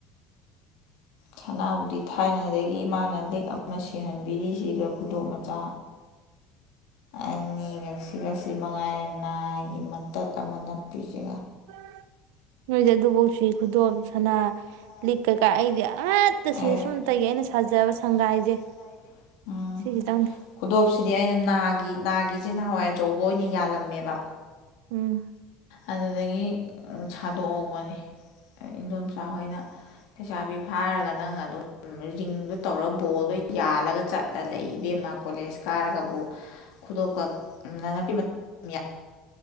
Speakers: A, on the left (about 75°); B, on the right (about 80°).
A: ꯁꯅꯥꯕꯨꯗꯤ ꯊꯥꯏꯅꯗꯒꯤ ꯏꯃꯥꯅ ꯂꯤꯛ ꯑꯃ ꯁꯤꯍꯟꯕꯤꯔꯤꯁꯤꯒ ꯈꯨꯗꯣꯞ ꯃ ꯃꯆꯥ ꯑꯅꯤꯒꯛꯁꯤꯒ ꯁꯤ ꯃꯉꯥꯏꯔꯦ ꯅꯥꯒꯤ ꯃꯇꯠ ꯑꯃ ꯅꯞꯄꯤꯖꯤ
B: <unintelligible>
A: ꯅꯣꯏꯗꯤ ꯑꯗꯨꯐꯧ
B: ꯈꯨꯗꯣꯞ
A: ꯁꯤ
B: ꯁꯅꯥ
A: ꯈꯨꯗꯣꯞ ꯁꯥꯅꯥ
B: ꯂꯤꯛ ꯀꯩꯀꯥ ꯑꯩꯗꯤ
A: ꯂꯤꯛ ꯀꯩꯀꯥ
B: ꯑꯃꯠꯇ
A: ꯑꯩꯗꯤ ꯑꯃꯠꯇꯁꯨ
B: ꯁꯨꯏ ꯁꯨꯝꯇꯒꯤ ꯑꯩꯅ
A: ꯁꯨꯞꯇꯒꯤ
B: ꯁꯥꯖꯕ
A: ꯑꯩꯅ
B: ꯁꯪꯒꯥꯏꯁꯦ
A: ꯁꯥꯖꯕ ꯁꯪꯒꯥꯏꯁꯦ ꯎꯝ
B: ꯁꯤꯈꯤꯇꯪꯅꯤ
A: ꯈꯨꯗꯣꯞꯁꯤꯗꯤ ꯑꯩꯅ ꯅꯥꯒꯤ ꯅꯥꯒꯤꯁꯤ ꯅꯍꯥꯋꯥꯏ ꯑꯆꯧꯕ ꯑꯣꯏꯅ ꯌꯥꯜꯂꯝꯃꯦꯕ
B: ꯎꯝ
A: ꯑꯗꯨꯗꯒꯤ ꯁꯥꯗꯣꯛꯍꯧꯕꯅꯤ ꯏꯗꯣꯝꯆꯥꯍꯣꯏꯅ ꯂꯩꯩꯁꯥꯕꯤ ꯐꯥꯔꯒ ꯅꯪ ꯑꯗꯨꯝ ꯔꯤꯡꯗꯣ ꯇꯧꯔꯒ ꯕꯣꯜꯗꯣ ꯌꯥꯜꯂꯒ ꯆꯠꯂ ꯂꯩ ꯏꯕꯦꯝꯃ ꯀꯣꯂꯦꯖ ꯀꯥꯔꯒꯕꯨ ꯈꯨꯗꯣꯀꯅꯅꯄꯤ ꯒꯤ